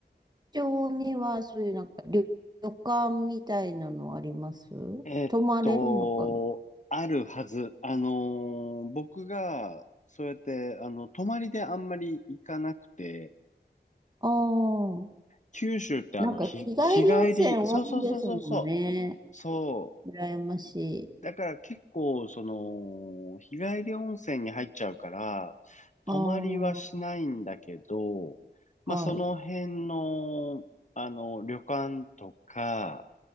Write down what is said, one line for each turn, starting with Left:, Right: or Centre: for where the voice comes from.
Right: 町にはそういうなんか旅、旅館みたいなのあります
Left: えーっと、
Right: 泊まれるのかな
Left: あるはず。あのー僕が、そうやって、あの、泊まりであんまり行かなくて、
Right: ああ、
Left: 九州ってあの、
Right: なんか日帰り温泉多いですもんね。
Left: ひ、日帰り、そうそうそうそうそう、そ
Right: 羨ましい。
Left: う。だから結構、その、日帰り温泉に入っちゃうから、泊まりはしないんだけど、
Right: ああ、
Left: まあ、
Right: はい、
Left: その辺の、あの、旅館とか、